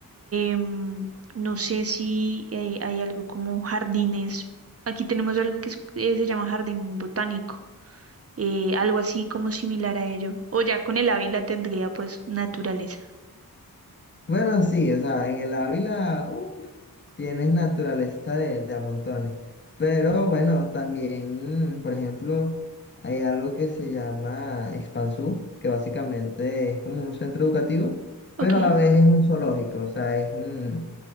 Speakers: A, on the right (about 40°); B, on the left (about 30°).
A: em, no sé si eh, hay algo como jardines. Aquí tenemos algo que es- eh, se llama jardín botánico, eh, algo así como similar a ello. O ya con el Ávila tendría pues naturaleza.
B: Bueno, sí, o sea, en el Ávila, uff, tienes naturaleza de, de a montones. Pero bueno, también, mm, por ejemplo, hay algo que se llama Expansú, que básicamente es como un centro educativo,
A: Ok,
B: pero a la vez es un zoológico, o sea, es, mm,